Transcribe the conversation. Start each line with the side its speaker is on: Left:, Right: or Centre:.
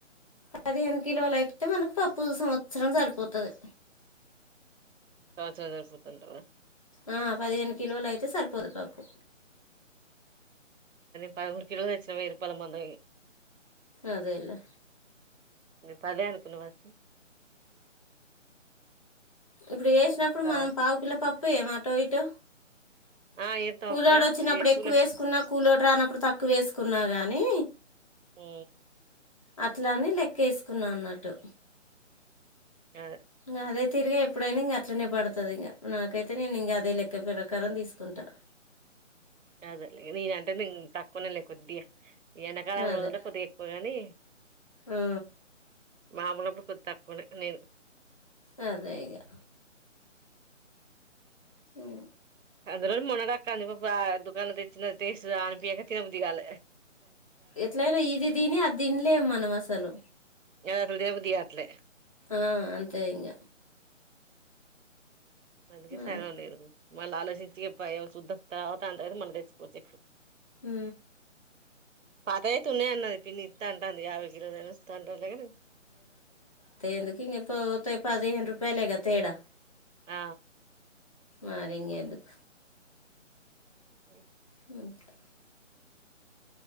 Left: పదిహేను కిలోలు అయితే మనకు పప్పు సంవత్సరం సరిపోతాది
Right: పా హజార్ పుతుంట
Left: ఆ పదిహేను కిలోలు అయితే సరిపోదు పప్పు
Right: ప కుడికిచ్చినయరు పదమంద
Left: అదేలే
Right: నే పదే అనుకున్న ఫస్ట్
Left: ఇప్పుడు వేసినప్పుడు
Right: ఇప్పుడు
Left: మనం పావు కిలో పప్పు వేమ ఇటో
Right: ఆ ఏత్తం
Left: కూలర్
Right: అక్క
Left: వచ్చినప్పుడు
Right: కొద్దిగా
Left: ఎక్కువ
Right: కూల
Left: వేసుకున్న కూలర్ రానప్పుడు తక్కువ ఉక్కు వేసుకున్నా కానీ
Right: ఊ
Left: అట్లని లెక్క వేసుకున్నా అన్నట్టు
Right: అదే
Left: ఇంక అదే తిరిగి ఎప్పుడైనా ఇంక అట్లనే పడుతుది ఇంక నాకైతే నేను ఇంక అదే లెక్క పెర కరం తీసుకుంటాను
Right: అదల నన అంటే తక్కువన లే కొద్దిగా వెనకాల
Left: అదే
Right: రోజుల్లో కొద్దిగా ఎక్కువగాని
Left: ఆ
Right: మామలప్పుడు కొద్దిగా తక్కువనే నేను
Left: అదే ఇగా ఉ
Right: అందు రోజు మునగాకు తాలింపు పా దుకాణ తెచ్చిన టేస్ట్ అనిపక తినబుద్ధి గాల
Left: ఎట్లైనా ఇది తిని అది తినలేము మనం అసలు
Right: యా తినబుద్ధి కావట్లే
Left: ఆ అంతే ఇంక
Right: అందుకే సగం
Left: అదే
Right: నేను మళ్ళ ఆలోచించి చూద్దాం తర్వాత అంటారు మళ్ళీ తెచ్చుకోవచ్చు
Left: ఉ
Right: పాత అయితున్నా అన్నది పిన్ని ఇస్త అంటుంది యాభై కిలోలైనా ఇస్తాంట కాని
Left: ఎందుకింకా పోతే రూపాయలేగా తేడా
Right: ఆ
Left: మరింగేందుకు
Right: అ
Left: ఇంకా